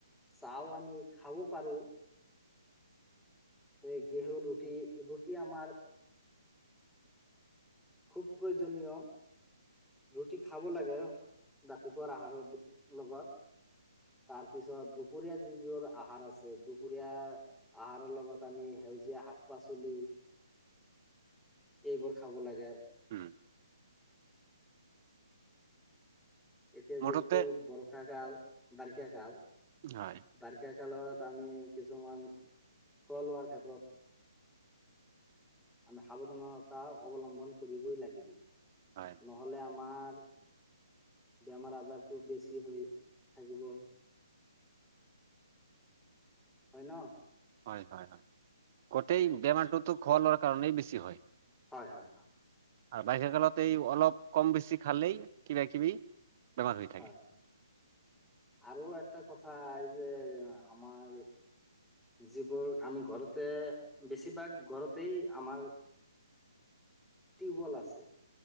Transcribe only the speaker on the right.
উম।
মুঠতে
হয়
হয়।
হয় হয় হয়, গোটেই বেমাৰটোতো খোৱা লোৱাৰ কাৰণেই বেছি হয়।
আৰু বাৰিষা কালতে এই অলপ কম বেছি খালেই কিবা কিবি বেমাৰ হৈ থাকে।